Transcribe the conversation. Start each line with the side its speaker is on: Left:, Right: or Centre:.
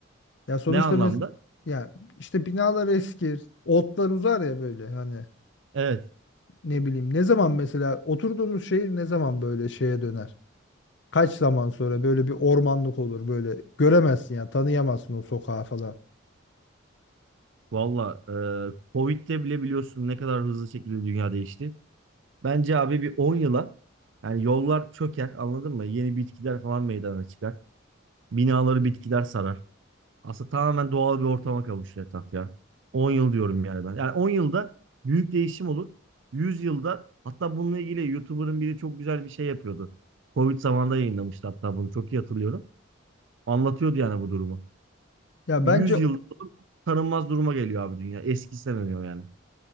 Left: Ya sonuçta
Right: Ne anlamda?
Left: mes ya işte binalar eskir, otlar uzar ya böyle hani
Right: Evet.
Left: ne bileyim ne zaman mesela oturduğumuz şehir ne zaman böyle şeye döner? Kaç zaman sonra böyle bir ormanlık olur böyle göremezsin ya tanıyamazsın o sokağı falan.
Right: Valla e, Covid'de bile biliyorsun ne kadar hızlı şekilde dünya değişti. Bence abi bir 10 yıla yani yollar çöker anladın mı? Yeni bitkiler falan meydana çıkar. Binaları bitkiler sarar. Aslında tamamen doğal bir ortama kavuşur etraf ya. 10 yıl diyorum yani ben. Yani 10 yılda büyük değişim olur. 100 yılda hatta bununla ilgili YouTuber'ın biri çok güzel bir şey yapıyordu. Covid zamanında yayınlamıştı hatta bunu çok iyi hatırlıyorum. Anlatıyordu yani bu durumu.
Left: Ya
Right: 100
Left: bence
Right: yılda tanınmaz duruma geliyor abi dünya. Eskisi demiyor yani.